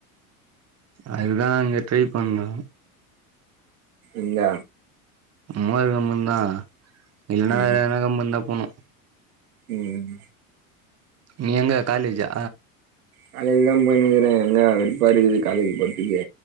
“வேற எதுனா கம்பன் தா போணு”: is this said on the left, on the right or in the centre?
Right